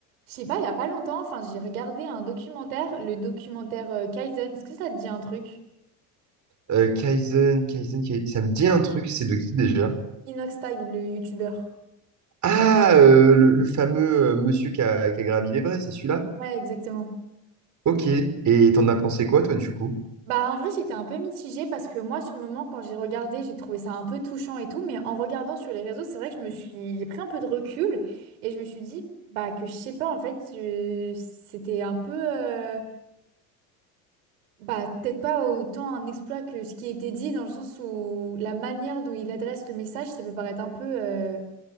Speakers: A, on the right; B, on the right.
A: Je sais pas, il y a pas longtemps, enfin, j'ai regardé un documentaire, le documentaire euh, Kaizen. Est-ce que ça te dit un truc?
B: Euh, Kaizen, Kaizen, Kai- ça me dit un truc, c'est de qui déjà?
A: Inox Tag, le youtubeur.
B: Ah, euh, le, le fameux euh, monsieur qui a, qui a gravi l'Everest, c'est celui-là?
A: Ouais, exactement.
B: Ok. Et t'en as pensé quoi, toi, du coup?
A: Bah, en vrai, j'étais un peu mitigée parce que moi, sur le moment, quand j'ai regardé, j'ai trouvé ça un peu touchant et tout. Mais en regardant sur les réseaux, c'est vrai que je me suis, j'ai pris un peu de recul et je me suis dit, bah, que je sais pas, en fait, je- c'était un peu, euh, bah, peut-être pas autant un exploit que ce qui était dit dans le sens où la manière dont il adresse le message, ça peut paraître un peu. euh,